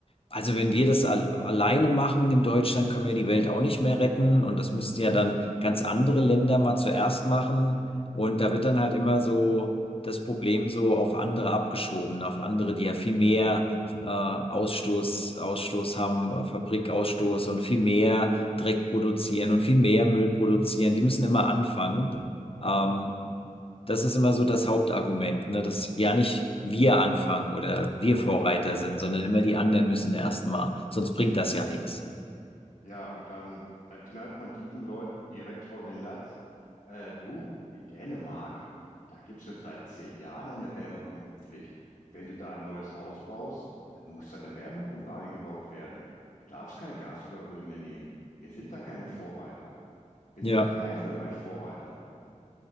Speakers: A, on the left; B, on the left.
A: also wenn wir das al alleine machen in Deutschland, können wir die Welt auch nicht mehr retten. Und das müssten ja dann ganz andere Länder mal zuerst machen. Und da wird dann halt immer so das Problem so auf andere abgeschoben, auf andere, die ja viel mehr äh, Ausstoß, Ausstoß haben, äh, Fabrikausstoß und viel mehr Dreck produzieren und viel mehr Müll produzieren. Die müssen immer anfangen. Ähm, das ist immer so das Hauptargument, ne? Dass ja nicht wir anfangen oder wir Vorreiter sind, sondern immer die anderen müssen erstmal. Sonst bringt das ja nichts.
B: Ja, und dann, dann knallt man diesen Leuten direkt vor den Latz. Äh, du, in Dänemark, da gibt es jetzt seit zehn Jahren eine Wärmepumpenpflicht. Wenn du da ein neues Haus baust, dann muss da eine Wärmepumpe eingebaut werden. Du darfst kein Gas oder Öl mehr nehmen. Wir sind da keine Vorreiter. Wir
A: Ja.
B: sind in keinem Bereich Vorreiter.